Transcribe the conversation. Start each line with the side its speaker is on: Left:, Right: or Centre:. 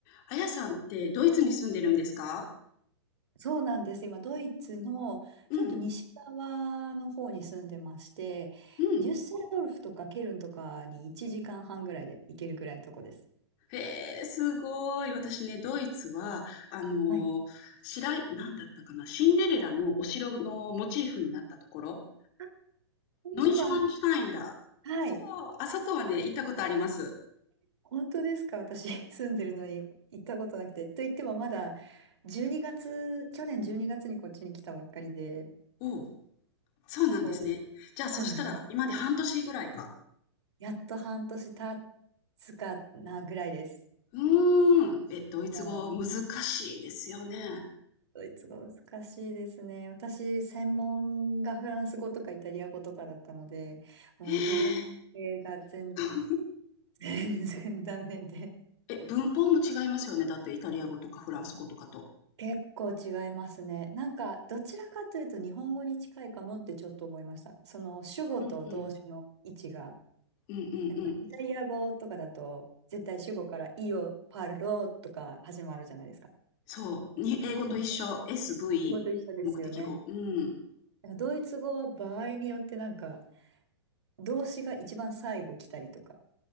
Left: あやさんってドイツに住んでるんですか
Right: そうなんです。今、ドイツのちょっと西側の方に住んでまして、
Left: うん、うん。
Right: デュッセルドルフとかケルンとかに1時間半ぐらいで行けるぐらいのとこです。
Left: へえ、すごい。私ね、ドイツは、あのー、
Right: はい。
Left: 白い、なんだったかな、シンデレラのお城のモチーフになったところ、
Right: あモンシュ
Left: ノイシュワンシュタインだ。
Right: はい。
Left: そう、あそこはね、行ったことあります。
Right: 本当ですか私、<laughs> 住んでるのに行ったことなくて。と言っても、まだ12月、去年12月にがつにこっちに来たばっかりで、
Left: おう、そうなんですね。
Right: そう、
Left: じゃあ、そしたら、
Right: そうなんです
Left: 今まで半年ぐらいか。
Right: やっと半年経つかなぐらいです。
Left: うーん。え、ドイツ語難しいですよね。
Right: もうドイツ語難しいですね。私、専門がフランス語とかイタリア語とかだったので、もうゲルマン系が全然、
Left: へえ、違う。
Right: 全然ダメで。
Left: え、文法も違いますよね。だって、イタリア語とかフランス語とかと。
Right: 結構違いますね。なんか、どちらかというと日本語に近いかもってちょっと思いました。その主語と動詞の位置が。
Left: うんうん。うんうんうん。
Right: なんか、イタリア語とかだと、絶対主語から、イオ、パロとか始まるじゃないですか。
Left: そう。に英語と一緒。
Right: なんか、
Left: SV、
Right: 主語と一緒ですよね。
Left: 目的語。うん。
Right: なんかドイツ語は場合によってなんか、動詞が一番最後来たりとか、